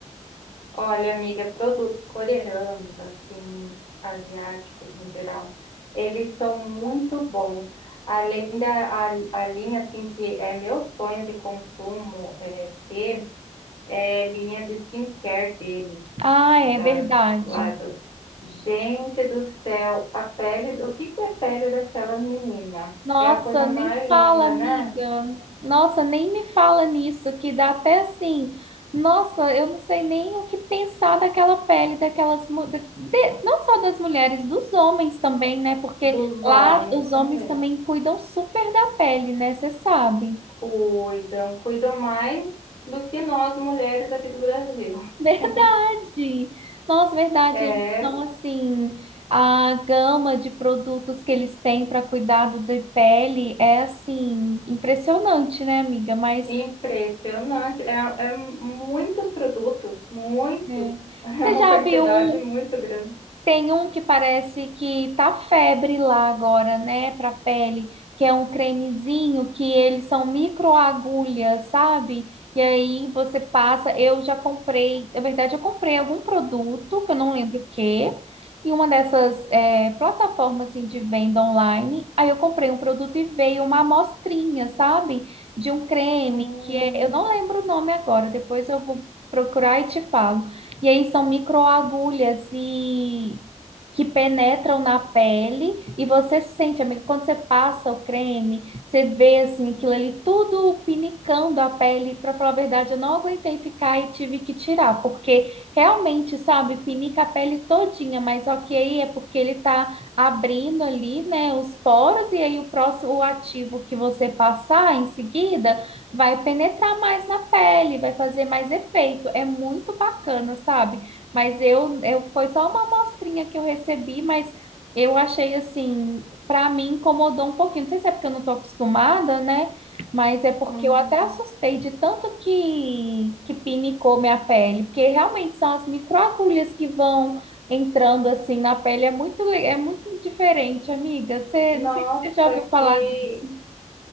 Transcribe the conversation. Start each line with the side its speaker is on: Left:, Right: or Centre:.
Left: Olha, amiga, produtos coreanos, assim, asiáticos no geral, eles são muito bons. Além da a, a linha, assim, que é meu sonho de consumo é, ter, é linha de skincare deles,
Right: Ah, é
Left: das,
Right: verdade.
Left: lá dos... Gente do céu, a pele, o que que é pele daquela menina?
Right: Nossa,
Left: É a coisa mais
Right: nem
Left: linda,
Right: fala, amiga.
Left: né?
Right: Nossa, nem me fala nisso, que dá até assim. Nossa, eu não sei nem o que pensar daquela pele, daquelas, mu- da- de- não só das mulheres, dos homens também, né? Porque
Left: dos
Right: lá
Left: homens
Right: os homens
Left: também
Right: também cuidam super da pele, né? Você sabe.
Left: cuidam, cuidam mais do que nós mulheres aqui do Brasil.
Right: <laughs> Verdade!
Left: <laughs>
Right: Nossa, verdade.
Left: É
Right: Eles são assim, a gama de produtos que eles têm para cuidado da pele é assim, impressionante, né, amiga? Mas
Left: impressionante. É, é muitos produtos, muitos.
Right: é.
Left: <laughs> É
Right: Você
Left: uma
Right: já
Left: quantidade
Right: viu um.
Left: muito grande.
Right: Tem um que parece que tá febre lá agora, né, pra pele, que é um cremezinho que eles são microagulhas, sabe? E aí você passa, eu já comprei, na verdade eu comprei algum produto, que eu não lembro o quê, em uma dessas é, plataformas assim, de venda online, aí eu comprei um produto e veio uma amostrinha, sabe? De um creme
Left: Hum,
Right: que é, eu não lembro o nome agora, depois eu vou procurar e te falo. E aí são microagulhas e que penetram na pele e você sente, amigo, quando você passa o creme, você vê assim aquilo ali tudo pinicando a pele. Para falar a verdade, eu não aguentei ficar e tive que tirar, porque realmente, sabe, pinica a pele todinha, mas ok, é porque ele tá abrindo ali, né, os poros e aí o próximo o ativo que você passar em seguida vai penetrar mais na pele, vai fazer mais efeito. É muito bacana, sabe? Mas eu, eu foi só uma amostrinha que eu recebi, mas eu achei assim, pra mim incomodou um pouquinho. Não sei se é porque eu não tô acostumada, né? Mas é porque
Left: hum.
Right: eu até assustei de tanto que que pinicou minha pele, porque realmente são as microagulhas que vão entrando assim na pele, é muito le- é muito diferente, amiga. Você,
Left: Nossa,
Right: não sei se você já ouviu falar
Left: que
Right: disso.